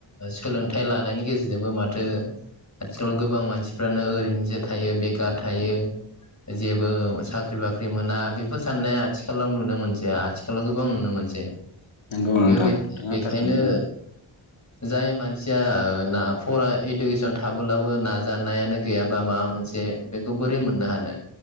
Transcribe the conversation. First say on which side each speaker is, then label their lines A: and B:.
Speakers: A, on the left; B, on the left.
A: सोलोंथाइ लानायनि गेजेरजोंबो माथो आथिखालाव गोबां मानसिफ्रानो ओरैनोसो थायो बेखार थायो जेबो साख्रि बाख्रि मोना बेफोर साननाया आथिखालाव नुनो मोनसै आथिखालाव गोबां नुनो मोनसै
B: नंगौ नोंथां
A: बेबायदि
B: नोंथाङा
A: बेखायनो
B: थारखौनो बुंदों
A: जाय मानसिया ना फर इडुकेसन थाबोलाबो नाजानायानो गैयाबा माबा मोनसे बेखौ बोरै मोननो हानो